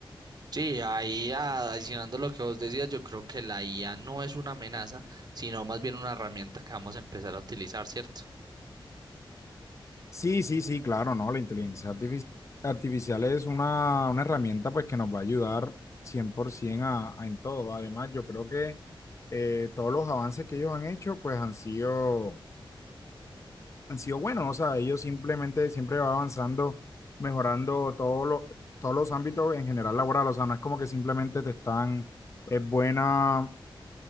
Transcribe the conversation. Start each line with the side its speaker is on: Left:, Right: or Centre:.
Right: Sí, ahí a- adicionando lo que vos decías, yo creo que la IA no es una amenaza, sino más bien una herramienta que vamos a empezar a utilizar, ¿cierto?
Left: Sí, sí, sí, claro, ¿no? La inteligencia artifici- artificial es una, una herramienta pues que nos va a ayudar 100% a, a en todo. Además, yo creo que eh, todos los avances que ellos han hecho pues han sido, han sido buenos. O sea, ellos simplemente siempre va avanzando, mejorando todos los, todos los ámbitos en general laboral. O sea, no es como que simplemente te están, es buena